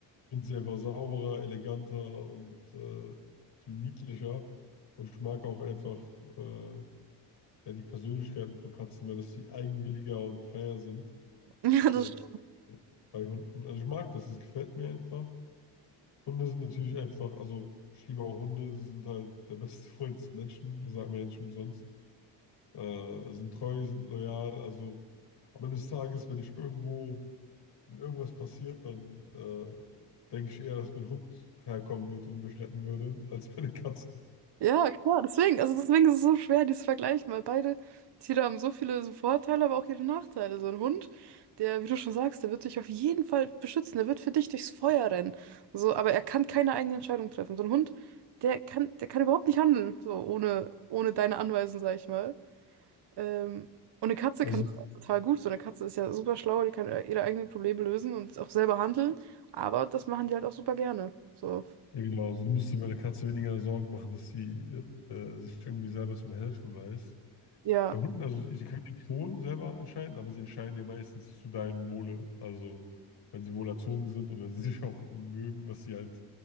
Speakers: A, on the left; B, on the right.
A: ich finde sie einfach sauberer, eleganter und äh, viel niedlicher. Und ich mag auch einfach äh, ja, die Persönlichkeiten von Katzen mehr, dass sie eigenwilliger und freier sind.
B: <laughs> Ja, das
A: als
B: stimmt.
A: bei Hunden. Also ich mag das, es gefällt mir einfach. Hunde sind natürlich einfach, also ich liebe auch Hunde, sie sind halt der beste <laughs> Freund des Menschen, das sagt man ja nicht umsonst. Äh, sind treu, sind loyal, also am Ende des Tages, wenn ich irgendwo, wenn mir irgendwas passiert, dann äh, denke ich eher, dass mein Hund herkommen wird und mich retten würde, <laughs> als meine Katze.
B: Ja, klar, deswegen, also deswegen ist es so schwer, die zu vergleichen, weil beide Tiere haben so viele so Vorteile, aber auch ihre Nachteile. So ein Hund, der, wie du schon sagst, der wird dich auf jeden Fall beschützen, der wird für dich durchs Feuer rennen. So, aber er kann keine eigene Entscheidung treffen. So ein Hund, der kann, der kann überhaupt nicht handeln, so ohne, ohne deine Anweisung, sag ich mal. Ähm, und eine Katze
A: Also,
B: kann das auch total gut. So eine Katze ist ja super schlau, die kann äh, ihre eigenen Probleme lösen und auch selber handeln. Aber das machen die halt auch super gerne. So,
A: ja genau, also du musst dir bei einer Katze weniger Sorgen machen, dass sie äh, sich irgendwie selber zum Helfen weiß.
B: ja,
A: Bei Hunden, also sie können ja schon selber entscheiden, aber sie entscheiden ja meistens zu deinem Wohle. Also wenn sie wohl erzogen sind und wenn sie <laughs> sich auch mögen, was sie halt,